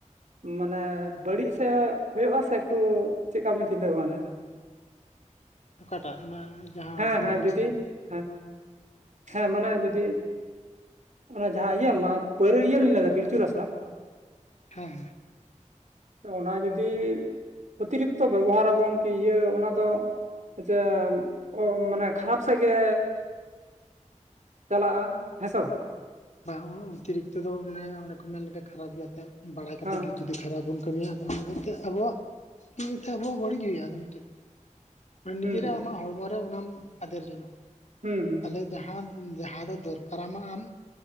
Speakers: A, on the right; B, on the left.
A: ᱢᱟᱱᱮ ᱵᱟᱹᱲᱤᱡ ᱥᱮᱡ ᱦᱚᱸ ᱦᱩᱭᱩᱜᱭᱜᱼᱟ ᱥᱮ ᱮᱠᱴᱩ, ᱪᱮᱫᱠᱟ ᱵᱚᱱ ᱪᱤᱱᱛᱟᱹ ᱵᱷᱟᱵᱽ ᱱᱟᱭᱮᱫᱟ?
B: ᱚᱠᱟᱴᱟᱜ ᱚᱱᱟ? ᱡᱟᱦᱟᱸ
A: ᱦᱮᱸ
B: ᱢᱟᱛᱠᱚᱢ
A: ᱦᱮᱸ
B: ᱨᱮᱱᱟᱜ
A: ᱡᱩᱫᱤ
B: ᱥᱟᱠᱟᱢ
A: ᱦᱮᱸ ᱦᱮᱸ ᱢᱟᱱᱮ ᱡᱩᱫᱤ᱾ ᱚᱱᱟ ᱡᱟᱸᱦᱟ ᱤᱭᱟᱹ ᱢᱟ ᱯᱟᱹᱭᱨᱟᱹ ᱤᱭᱟᱹ ᱞᱤᱧ ᱞᱟᱹᱭᱟ ᱯᱤᱞᱪᱩ ᱨᱟᱥᱟ᱾
B: ᱦᱮᱸ
A: <unintelligible> ᱚᱱᱟ ᱡᱩᱫᱤ ᱚᱛᱤᱨᱤᱠᱛᱚ ᱵᱮᱵᱚᱦᱟᱨ ᱟᱵᱚᱱ ᱠᱤ ᱤᱭᱟᱹ ᱚᱱᱟ ᱫᱚ᱾ ᱟᱪᱪᱷᱟᱢ <unintelligible> ᱢᱟᱱᱮ ᱠᱷᱟᱨᱟᱯ ᱥᱮᱫ ᱜᱮ ᱪᱟᱞᱟᱜᱼᱟ, ᱦᱮᱸ ᱥᱮ ᱵᱟᱝ ᱾
B: ᱵᱟᱝ ᱦᱚ ᱚᱛᱤᱨᱤᱠᱛᱚ ᱫᱚ ᱢᱟᱱᱮ ᱚᱱᱮ ᱠᱚ ᱢᱮᱱ ᱞᱮᱠᱟᱟᱱ ᱠᱷᱟᱨᱟᱯ ᱜᱮᱭᱟ ᱮᱛᱮᱝ ᱵᱟᱲᱟᱭ ᱠᱟᱛᱮ
A: ᱦᱮᱸ
B: ᱜᱮ ᱡᱩᱫᱤ᱾ ᱠᱷᱟᱨᱟᱯ ᱵᱚᱱ ᱠᱟᱹᱢᱤᱭᱟᱛᱮ ᱟᱵᱚᱣᱟᱜ ᱟᱵᱚᱣᱟᱜ ᱵᱟᱹᱲᱤᱡ ᱜᱮ ᱦᱩᱭᱩᱜᱼᱟ, ᱟᱫᱚ ᱢᱤᱫᱴᱮᱡ᱾ ᱱᱤᱡᱮᱨᱟᱜ
A: ᱦᱩᱸ
B: ᱟᱢᱟᱜ ᱦᱚᱲᱢᱚᱨᱮ ᱚᱱᱟᱢ ᱟᱫᱮᱨ ᱡᱚᱱᱟᱜᱼᱟ᱾
A: ᱦᱩᱸ ᱦᱩᱸ
B: ᱟᱞᱮ ᱡᱟᱦᱟᱸ ᱡᱟᱦᱟᱸ ᱫᱚ ᱫᱚᱨᱠᱟᱨᱟᱢᱟ ᱟᱢ᱾